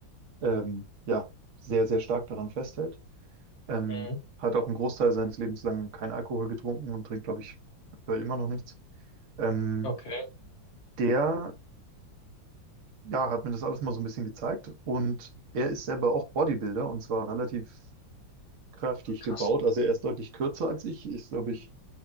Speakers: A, on the right; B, on the left.
A: ähm, ja, sehr, sehr stark daran festhält. Ähm,
B: Mhm.
A: hat auch einen Großteil seines Lebens lang keinen Akkohol getrunken und trinkt, glaube ich, aktuell immer noch nichts. Ähm,
B: Okay.
A: der ja, hat mir das alles mal so ein bisschen gezeigt. Und er ist selber auch Bodybuilder und zwar relativ kräftig
B: Ach, Krass.
A: gebaut. Also er ist deutlich kürzer als ich. Ist, glaube ich,